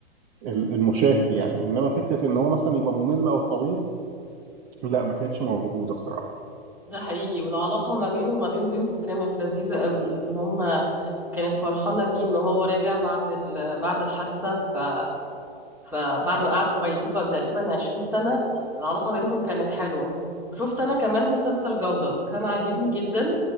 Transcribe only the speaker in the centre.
ده حقيقي والعلاقة ما بينه وما بين بنته كانت لذيذة قوي ان هما كانت فرحانة بيه ان هو رجع بعد ال... بعد الحادثة ف... فبعد ما قعد في غيبوبة تقريبا 20 سنة العلاقة بينهم كانت حلوة وشفت انا كمان مسلسل جودة وكان عاجبني جدا